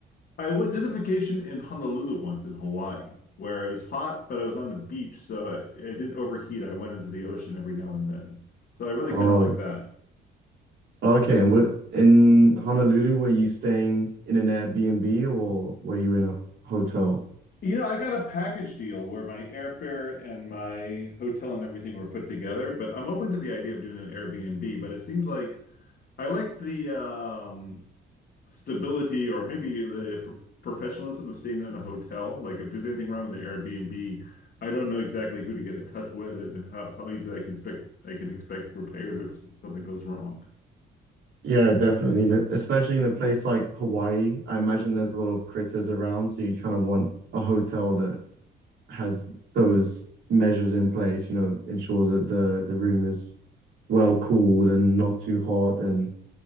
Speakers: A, on the left; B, on the right.
A: I went, did a vacation in Honolulu once in Hawaii, where it was hot, but I was on the beach, so I, I didn't overheat. I went into the ocean every now and then. So I really
B: Oh,
A: kind of like that.
B: okay. And wh- in Honolulu, were you staying in an Airbnb or were you in a hotel?
A: You know, I got a package deal where my airfare and my hotel and everything were put together, but I'm open to the idea of doing an Airbnb, but it seems like I like the um stability or maybe the pro professionalism of staying in a hotel. Like if there's anything wrong with the Airbnb, I don't know exactly who to get in touch with and how, how easily I can expect I can expect repairs or if s- something goes wrong.
B: Yeah, definitely. n- Especially in a place like Hawaii, I imagine there's a lot of critters around, so you'd kind of want a hotel that has those measures in place, you know, ensures that the the room is well cooled and not too hot, and